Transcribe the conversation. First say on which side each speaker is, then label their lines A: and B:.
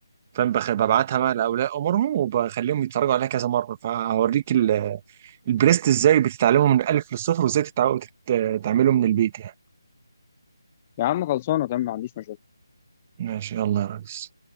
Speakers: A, on the right; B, on the left.
A: فاهم بخ- ببعتها بقى لاولياء امورهم وبخليهم يتفرجوا عليها كذا مره فهوريك ال- البريست ازاي بتتعلمه من الالف للصفر وازاي تتع- تت- تعمله من البيت يعني
B: يا عم خلصانه تمام ما عنديش مشاكل
A: ماشي يلا يا ريس